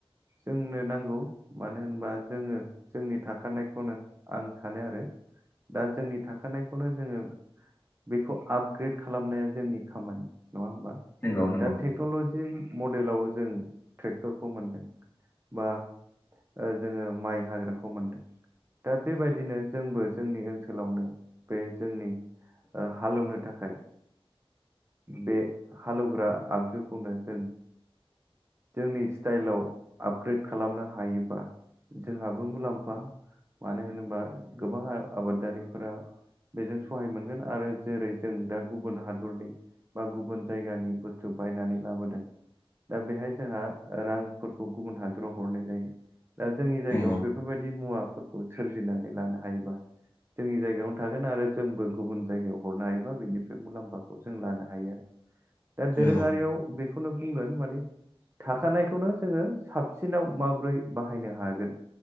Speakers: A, on the right (about 25°); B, on the left (about 25°).
A: जोंनो नांगौ होनबा जोङो जोंनि थाखानायखौनो आं सानो आरो दा जोंनि थाखानायखौनो जोङो बेखौ आपग्रेड खालामनाया जोंनि खामानि। नङा होमबा
B: नंगौ नंगौ
A: दा टेक्न'लजि <unintelligible> मडेलाव जों ट्रेक्टरखौ मोनदों बा ओ जोङो माइ हाग्राखौ मोनदों दा बेबायदिनो जोंबो जोंनि ओनसोलावनो बे जोंनि ओ हालेवनो थाखाय बे हालौवग्रा आगजुखौनो जों जोंनि स्टाइलाव आपग्रेड खालामनो हायोबा जोंहाबो मुलाम्फा मानो होनोबा गोबां आबादारिफोरा बेजों सहाय मोनगोन आरो जेरै जों दा गुबुन हादरनि बा गुबुन जायगानि बुस्थु बायनानै लाबोदों दा बेहाय जोंहा रांफोरखौ गुबुन हादराव हरनाय जायो। दा जोंनि जायगायाव
B: नंगौ
A: बेफोरबायदि मुवा फोरखौ सोरजिनानै लानो हायोबा जोंनि जायगायावनो थागोन आरो जोंबो गुबुन जायगायाव हरनो हायोबा बेनिफ्राय मुलाम्फाखौ जों लानो हायो आरो दा दोरोङारियाव
B: नंगौ
A: बेखौ खौनो बुंगोन माने थाखानायखौनो जोङो साबसिनाव माब्रै बाहायनो हागोन।